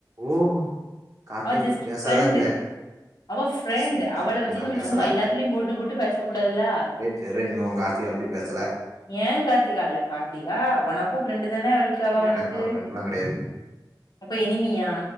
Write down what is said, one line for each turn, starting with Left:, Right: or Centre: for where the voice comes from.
Right: ஓ கார்த்திய
Left: அவ
Right: பத்தி
Left: ஜஸ்ட்
Right: பேசாதங்க
Left: ஃப்ரெண்ட்டு அவ ஃப்ரெண்ட்
Right: சேரி
Left: அவள
Right: சேரி
Left: வச்சு
Right: நா
Left: நம்ம
Right: பேசல
Left: சும்மா எல்லாத்துலயு போட்டு போட்டு பேச கூடாதுல்லா
Right: சேரி இன்னு உங் காத்திகா பத்தி பேசல
Left: ஏ கார்த்திகா இல்ல கார்த்திகா ஒனக்கு ஃப்ரெண்டு தான அவளுக்கு அவ ஒனக்கு
Right: எனக்கா ஃப்ரெண்ட்லா கெடையாது
Left: அப்ப எனிமியா